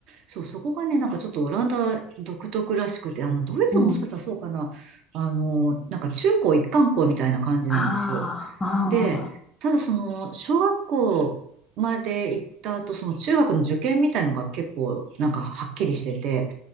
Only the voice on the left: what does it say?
うん。
ああ、
あ